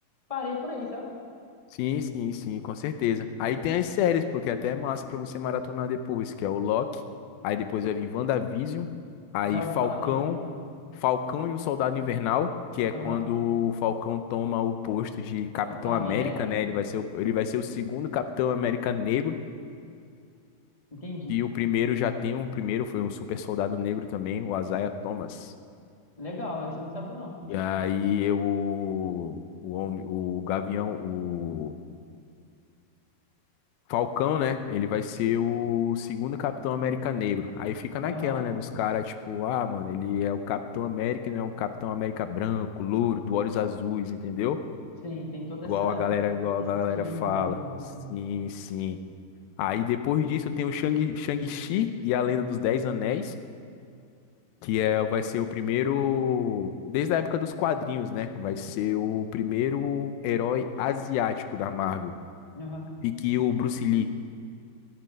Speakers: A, on the left (about 20°); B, on the left (about 75°).
A: Parei por aí, sabe?
B: Sim, sim, sim, com certeza. Aí tem as séries, porque até é massa pra você maratonar depois, que é o Loki. Aí depois vai vir WandaVision. Aí
A: Já ouvi
B: Falcão.
A: falar bem também.
B: Falcão e o Soldado Invernal, que é
A: Aham.
B: quando o Falcão toma o posto de Capitão
A: Capitão América,
B: América,
A: né?
B: né? Ele vai ser o, ele vai ser o segundo Capitão América negro.
A: Entendi.
B: E o primeiro já tem um. O primeiro foi um super soldado negro também, o Isaiah Thomas.
A: Legal, essa eu não sabia, não.
B: E aí eu, o, homem, o Gavião, o. Falcão, né? Ele vai ser o segundo Capitão América negro. Aí fica naquela,
A: Aham.
B: né? Dos caras, tipo, ah, mano, ele é o Capitão América, e não é um Capitão América branco, louro, do olhos azuis, entendeu?
A: Sim, tem todo
B: Igual
A: essa,
B: a galera, igual
A: esse
B: a galera
A: estigmazão
B: fala.
A: por trás,
B: Sim,
A: né?
B: sim. Aí depois disso tem o Shang, Shang-Chi e a Lenda dos Dez Anéis, que é, vai ser o primeiro, desde a época dos quadrinhos, né? Vai ser o primeiro herói asiático da Marvel.
A: Aham.
B: E que o Bruce Lee,